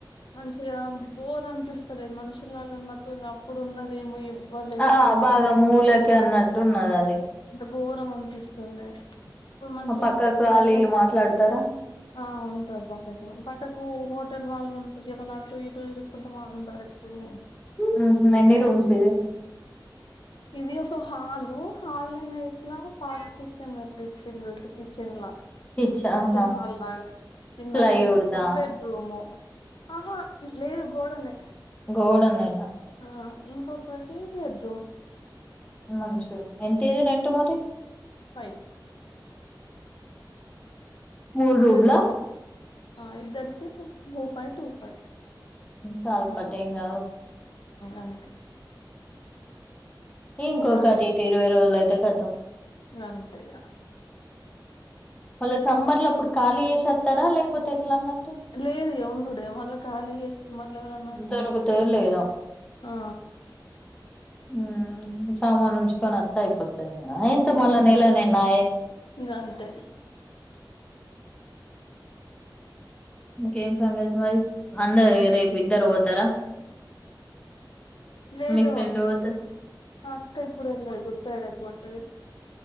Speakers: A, on the left; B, on the left.
A: మంచిగా బోర్ అనిపిస్తారు మనుషుల ఉన్నట్టుంది అప్పుడు ఉన్నదేమో ఎవ్వరు లేకపోతుండే
B: ఆ బాగా మూలకి అన్నట్టున్నది అది
A: ఇంత ఘోరం అనిపిస్తుంది ఇప్పుడు మంచిగా
B: ఆ పక్కకు వాళ్ళు
A: మాకే
B: వీళ్ళు మాట్లాడతారా
A: ఆ ఉంటది పక్కకు పక్కకు హోటల్ వాళ్ళు ఉంటారు ఇవాళ టూ ఇ టూ తిరుక్కుంటా బ ఉంటారు ఎప్పుడు
B: నిన్నన్ని రూమ్స్ ఇది
A: ఇది ఒక హాలు హల్ అనే ఇట్లా పా కిషన్ పెట్టి ఇచ్చిలుట్ కిచెన్ లా
B: కిచ్
A: కిచెన్
B: ఆహా
A: హాల్ లాగా చిన్నగా
B: ప్లైవుడ్
A: ఇంక పెద్ద
B: దా
A: బెడ్రూము ఆహా లేదు గోడనే
B: గోడన్న ఎలా
A: ఆ ఇంకొకటి బెడ్రూమ్
B: మంచి ఎంత ఏది రెంట్ మరి
A: ఫై్
B: మూడు
A: ఇద్దరు
B: రూమ్లా
A: ఆ ఇద్దరికి ట టూ ఫైవ్ టూ ఫైవ్
B: చాలు
A: హ్మ్
B: పట్టు ఏం కాదు
A: అంతే
B: ఇంకొకటి
A: ఇగ
B: ఇటి ఇరవై రోజులు అయితే ఖతం
A: అంతే ఇగ
B: మళ్ళ సమ్మర్ లోఅప్పుడు ఖాళీ చేసేత్తారా లేకపోతే ఎట్లా మరి
A: లేదు ఉండుడే మళ్ళా ఖాళీ చేత్తే మళ్ళ ఎవరైనా వచ్చి
B: దొరుకుతదో లేదో
A: ఆ
B: హ్మ్ సామాను ఉంచుకోని వత్తే అయిపోద్ అంతేన ఇంక మళ్ళ నేల నేనాయే
A: ఇంగ అంతే
B: ఇంకేం సంగతి మరి అందరు రేపు ఇద్దరు పోతారా
A: లేదు
B: మీ ఫ్రెండ్ పోత
A: అక్క ఇప్పుడు వేల్లేదు గుడ్ ఫ్రైడే కి పోతది